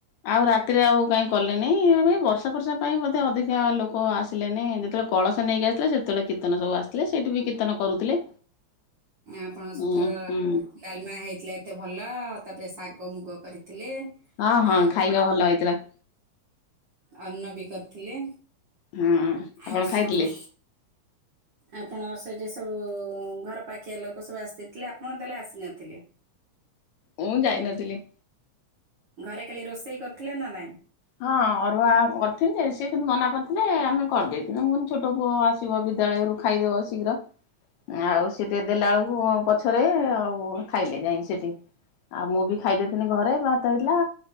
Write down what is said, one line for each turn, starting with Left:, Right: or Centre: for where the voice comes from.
Left: ଆଉ ରାତିରେ ଆଉ କାଇଁ କଲେନି ଏଇ ବର୍ଷା ପର୍ଷା ପାଇଁ ବୋଧେ ଅଧିକା ଲୋକ ଆସ୍ ଦିଲେ ନେଇ ଯେତେବେଳେ କଳସ ନେଇକି ଆସିଥିଲେ ସେତେବେଳେ କୀର୍ତ୍ତନ ସବୁ ଆସିଥିଲେ ସେଠି ବି କୀର୍ତନ କରୁଥିଲେ।
Right: ଆପଣଙ୍କ ସେଥିର
Left: ଉଁ ହୁଁ
Right: ନି ଡାଲମା ହେଇଥିଲା ଏତେ ଭଲ ତାପରେ ଶାଗ ମୁଗ କରିଥିଲେ।
Left: ଆ ହଁ
Right: ଆଉ
Left: ଖାଇବା ଭଲ ହେଇଥିଲା।
Right: ଅର୍ଣ୍ଣ ବି କରିଥିଲେ
Left: ହଁ ଆପଣ
Right: ଆଉ ସବୁ
Left: ଖାଇଥିଲେ?
Right: ଆପଣ ସେଇଠି ସବୁ ଘର ପାଖିଆ ଲୋକ ସବୁ ଆସିଥିଲେ ଆପଣ ତାହେଲେ ଆସିନଥିଲେ।
Left: ମୁଁ ଯାଇନଥିଲି।
Right: ଘରେ କାଲି ରୋଷେଇ କରୁଥିଲେ ନା ନାଇଁ।
Left: ହଁ ଅରୁଆ କରିଥିନି ଯେ ସେ କିନ୍ତୁ ମନା କରିଥିଲେ ଆମେ କରିଦେଇଥିଲୁ ମୁଁ କନି ଛୋଟ ପୁଅ ଆସ୍ ଶିବ ବିଦ୍ୟାଳୟ ରୁ ଖାଇଦେବ ଶୀଘ୍ର। ଆଉ ସିଏ ଦେଇ ଦେଲା ବେଳକୁ ପଛରେ ଆଉ ଖାଇଲେ ଯାଇକି ସେଠି। ଆଉ ମୁଁ ବି ଖାଇଦେଇଥିନି ଘରେ ଭାତ ହେଇଥିଲା